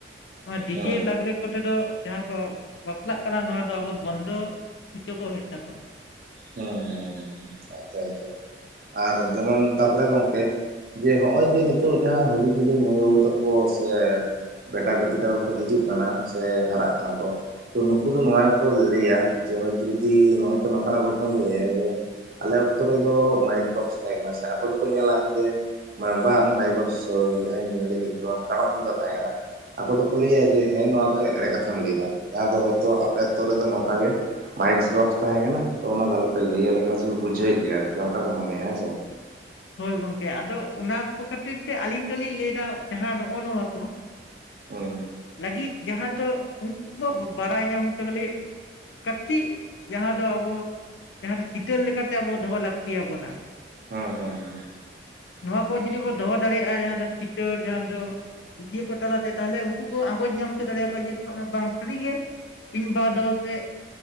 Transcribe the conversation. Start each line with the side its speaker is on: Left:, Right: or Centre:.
Left: ᱱᱚᱣᱟ ᱰᱤᱡᱮ
Right: ᱦᱮᱸ
Left: ᱞᱟᱜᱽᱲᱮ ᱠᱚᱛᱮ ᱫᱚ ᱡᱟᱦᱟᱸ ᱠᱚ ᱵᱟᱯᱞᱟᱜ ᱠᱟᱱᱟ ᱱᱚᱣᱟ ᱫᱚ ᱟᱵᱚ ᱵᱚᱱᱫᱚ ᱦᱚᱪᱚ ᱠᱚ ᱦᱩᱭᱩᱜ ᱛᱟᱵᱚᱱᱟ
Right: ᱦᱩᱸ ᱦᱩᱸ ᱦᱩᱸ ᱦᱩᱸ ᱟᱪᱪᱷᱟ ᱟᱪᱪᱷᱟ ᱟᱨ ᱡᱮᱢᱚᱱ ᱛᱟᱯᱚᱨᱮ ᱜᱚᱝᱠᱮ ᱡᱮ ᱦᱚᱸᱜ-ᱚᱭ ᱡᱮ ᱱᱤᱛᱳᱜ ᱡᱟᱦᱟᱸ ᱦᱩᱰᱤᱧ ᱦᱩᱰᱤᱧ ᱢᱟᱹᱭ ᱵᱟᱹᱵᱩ ᱛᱟᱠᱚ ᱥᱮ ᱵᱮᱴᱟ ᱵᱤᱴᱤ ᱛᱟᱠᱚ ᱠᱚ ᱦᱤᱡᱩᱜ ᱠᱟᱱᱟ ᱥᱮ ᱦᱟᱨᱟᱜ ᱠᱟᱱᱟ ᱠᱚ ᱛᱚ ᱱᱩᱠᱩ ᱫᱚ ᱱᱚᱣᱟ ᱜᱮᱠᱚ ᱞᱟᱹᱭᱟ ᱡᱮ ᱦᱳᱭᱛᱳ ᱡᱩᱫᱤ ᱱᱚᱝᱠᱟᱱᱟᱜ ᱜᱚᱞᱯᱷᱚᱢ ᱞᱟᱹᱭᱟᱭᱟ ᱡᱮ ᱟᱞᱮ ᱚᱠᱛᱚ ᱨᱮᱫᱚ ᱢᱟᱭᱤᱠ ᱵᱚᱠᱥ ᱛᱟᱦᱮᱸ ᱠᱟᱱᱟ ᱥᱮ ᱟᱠᱚ ᱫᱚᱠᱚ ᱧᱮᱞᱟ ᱡᱮ ᱢᱟᱱᱮ ᱵᱟᱝ ᱢᱟᱭᱤᱠ ᱵᱚᱠᱥ ᱡᱟᱦᱟᱸᱧ ᱞᱟᱹᱭ ᱠᱮᱫᱟ ᱡᱮᱢᱚᱱ ᱴᱟᱢᱟᱠ ᱛᱩᱢᱫᱟᱜ ᱛᱟᱦᱮᱸ ᱠᱟᱱᱟ ᱟᱠᱚ ᱫᱚᱠᱚ ᱞᱟᱹᱭᱟ ᱡᱮ ᱦᱮᱸ ᱱᱚᱣᱟ ᱫᱚ ᱮᱲᱮ ᱠᱟᱛᱷᱟᱢ ᱞᱟᱹᱭᱫᱟ ᱡᱟᱦᱟᱸ ᱫᱚ ᱦᱚᱭᱛᱳ ᱟᱯᱮ ᱚᱠᱛᱚ ᱨᱮᱫᱚ ᱱᱚᱝᱠᱟᱜᱮ ᱢᱟᱭᱤᱠ ᱵᱚᱠᱥ ᱛᱟᱦᱮᱸ ᱠᱟᱱᱟ ᱛᱚ ᱚᱱᱟ ᱫᱚ ᱟᱞᱮ ᱯᱮ ᱞᱟᱹᱭ ᱟᱞᱮ ᱠᱟᱱᱟ ᱥᱮ ᱵᱩᱡᱷᱟᱹᱣᱮᱫ ᱞᱮᱭᱟ ᱟᱨᱠᱤ ᱚᱱᱠᱟ ᱠᱚ ᱢᱚᱱᱮᱭᱟ ᱦᱮᱸ ᱥᱮ ᱵᱟᱝ
Left: ᱦᱳᱭ ᱜᱚᱝᱠᱮ ᱟᱫᱚ ᱚᱱᱟ ᱠᱚ ᱠᱷᱟᱹᱛᱤᱨ ᱛᱮ ᱟᱹᱞᱤᱧ ᱫᱚᱞᱤᱧ ᱞᱟᱹᱭ ᱮᱫᱟ ᱡᱟᱦᱟᱸ ᱱᱚᱜ-ᱚ ᱱᱚᱣᱟ ᱠᱚ
Right: ᱦᱩᱸ
Left: ᱞᱟᱹᱜᱤᱫ ᱡᱟᱦᱟᱸ ᱫᱚ ᱩᱱᱠᱩ ᱠᱚ ᱵᱟᱲᱟᱭ ᱧᱟᱢ ᱦᱚᱪᱚ <unintelligible> ᱠᱟᱹᱴᱤᱡ ᱡᱟᱦᱟᱸ ᱫᱚ ᱟᱵᱚ ᱡᱟᱦᱟᱸ ᱫᱚ ᱪᱤᱛᱟᱹᱨ ᱞᱮᱠᱟᱛᱮ ᱟᱵᱚ ᱫᱚᱦᱚ ᱞᱟᱹᱠᱛᱤ ᱟᱵᱚᱱᱟ
Right: ᱦᱩᱸ ᱦᱩᱸ ᱦᱩᱸ
Left: ᱱᱚᱣᱟ ᱠᱚ ᱡᱩᱫᱤ ᱵᱚ ᱫᱚᱦᱚ ᱫᱟᱲᱮᱭᱟᱜ-ᱟ ᱡᱟᱦᱟᱸ ᱫᱚ ᱪᱤᱛᱟᱹᱨ ᱡᱟᱦᱟᱸ ᱫᱚ ᱵᱷᱤᱰᱤᱭᱳ ᱠᱚ ᱛᱟᱞᱟᱛᱮ ᱛᱟᱦᱞᱮ ᱩᱱᱠᱩ ᱠᱚ ᱟᱸᱜᱚᱡ ᱧᱟᱢ ᱦᱚᱪᱚ ᱫᱟᱲᱮ ᱟᱠᱚᱣᱟ ᱡᱮ ᱵᱟᱝ ᱥᱟᱹᱨᱤᱜᱮ ᱤᱧ ᱵᱟ ᱫᱚ ᱥᱮ